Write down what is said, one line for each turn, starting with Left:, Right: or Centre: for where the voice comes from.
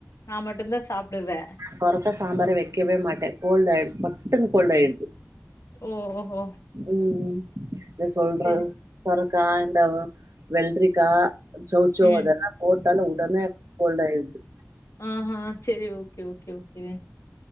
Left: நா மட்டுந்தா சாப்டுவே
Right: சொரக்கா சாம்பார் வெக்கவே மாட்டே கோல்டு் ஆயிடுது சட்டுனு கோல்டு ஆயிடுது
Left: ஓஹோ
Right: ம் ம் என்ன சொல்றது
Left: சரி
Right: சொரக்கா இந்த வெல்ரிக்கா சௌசௌ
Left: ம்
Right: அதல்லா போட்டாலு உடனே கோல்டாயிடுது
Left: ஆஹ சேரி ஓகே ஓகே ஓகே